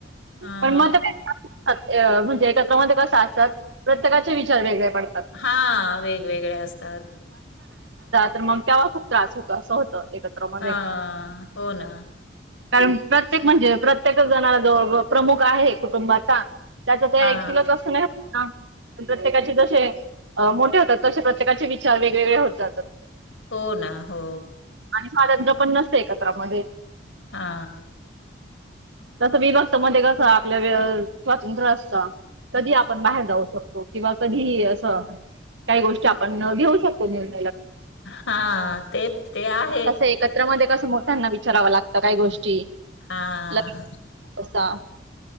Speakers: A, on the left (about 85°); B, on the right (about 75°).
A: अ
B: पण म त अं म्हणजे एकत्र म्हणजे ते कस असतात प्रत्येकाचे विचार वेगळे <inaudible> खर
A: हा वेगवेगळे असतात
B: तर मग तेव्हा खूप त्रास होतो असं होतं एकत्र मध्ये.
A: हा हो ना
B: कारण प्रत्येक म्हणजे प्रत्येकच जणाला जो ब प्रमुख आहे कुटुंबाचा त्याच ते
A: हा
B: एक स्किलच असंत ना प्रत्येकाचे जसे मोठे होतात तसे प्रत्येकाचे विचार वेगवेगळे होत जातात
A: हो ना हो
B: आणि स्वातंत्र्य पण नसते एकत्रमध्ये
A: हा
B: तस विभक्त मध्ये कसं आपल्या वे स्वातंत्र्य असत कधी आपण बाहेर जाऊ शकतो किंवा कधीही असं काही गोष्टी आपण घेऊ शकतो निर
A: हा ते ते आहे
B: कस एकत्र मध्ये कस मो त्यांना विचाराव लागत काही गोष्टी
A: हा.
B: ल क असा